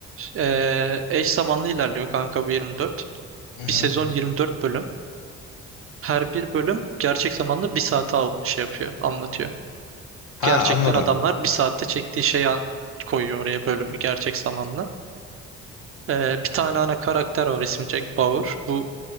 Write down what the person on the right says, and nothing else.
Ee, eş zamanlı ilerliyor kanka bu 24.
Bir sezon 24 bölüm. Her bir bölüm gerçek zamanlı bir saate al- şey yapıyor, anlatıyor.
Gerçekten
adamlar bir saatte çektiği şeyi an- koyuyor oraya bölümü gerçek zamanlı. Ee, bir tane ana karakter var ismi Jack Bauer. Bu